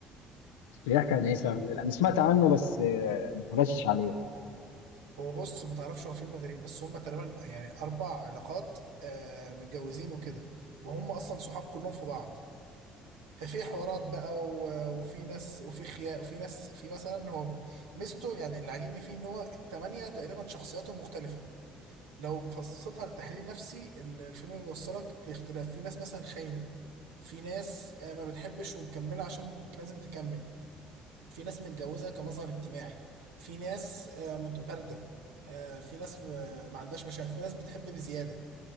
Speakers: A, on the left; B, on the right.
A: بيحكي عن ايه سبب- انا سمعت عنه بس آه، ما اتفرجتش عليه
B: هو بص ما تعرفش هو فين المغرب بس هم تقريبا يعني اربع علاقات آه متجوزين وكده وهم اصلا صحاب كلهم في بعض ففي حوارات بقى و- وفي ناس وفي خيانة وفي ناس في مثلا هو ميزته يعني اللي عاجبني فيه ان هو التمانية تقريبا شخصياتهم مختلفة لو فصلتها لتحليل نفسي ال- الفيلم بيوصلك لاختلاف في ناس مثلا خاينة في ناس آه، ما بتحبش ومكملة عشان لازم تكمل في ناس متجوزة كمظهر اجتماعي في ناس آه، مت- باردة آه، في ناس آه، ما عندهاش مشاعر في ناس بتحب بزيادة